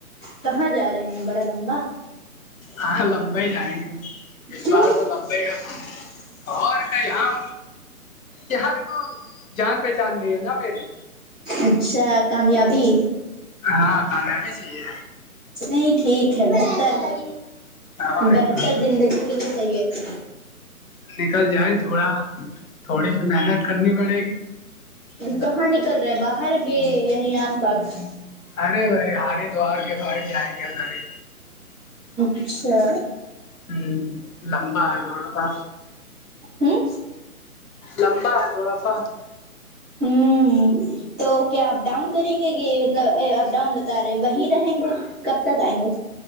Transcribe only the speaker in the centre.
کہاں جا رہے ہیں بڑا لمبا
کیوں
اچھا کامیابی
نہیں ٹھیک ہے بہتر ہے
بہتر
زندگی کے لیے صحیح ہے
کہاں نکل رہا باہر گ یہیں آس پاس
اچھا
ہوں
ہوں ہ تو کیا اپ ڈاؤن کریں گے کہ مطلب اپ ڈاؤن بتا رہے وہیں رہیں گے کب تک آئیں گے